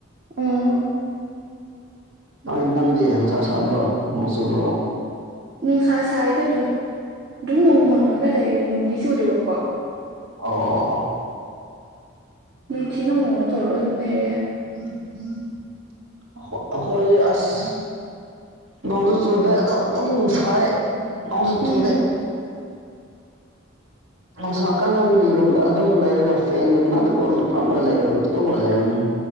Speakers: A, on the right; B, on the right.
A: ꯎꯝ
B: ꯅꯣꯏ ꯅꯪꯗꯤ ꯪꯁꯥ ꯁꯥꯕ꯭ꯔꯣ ꯅꯣꯡ ꯆꯨꯕ꯭ꯔꯣ
A: ꯅꯨꯡꯁꯥ ꯁ꯭ꯋꯥꯗ ꯑꯗꯨꯝ ꯑꯗꯨꯝ ꯅꯣꯡ ꯃꯪꯉꯒ ꯂꯩꯔꯦ ꯅꯣꯡꯗꯤ ꯆꯨꯗꯕꯀꯣ
B: ꯑꯣ
A: ꯅꯨꯡꯊꯤ ꯅꯣꯡꯃꯣꯡꯃ ꯇꯧꯔꯒ ꯑꯗꯨꯝ ꯂꯩꯔꯦ
B: <unintelligible> ꯑꯩꯈꯣꯏ ꯑꯁ ꯅꯣꯡꯁꯨ ꯆꯨꯗꯦ ꯑꯗꯣ ꯑꯗꯨꯝ ꯁꯥꯏ
A: ꯎꯝ
B: ꯆꯗꯦ ꯅꯨꯡꯁꯥ ꯀꯥꯅꯟꯒꯤ ꯔꯨꯝꯗ ꯑꯗꯨꯝ ꯂꯩꯔꯒ ꯐꯦꯟꯒꯤ ꯃꯅꯥꯛꯇꯀꯣ ꯐꯝꯃꯒ ꯂꯩ ꯇꯣꯡꯉꯒ ꯂꯩꯔꯕꯅꯤ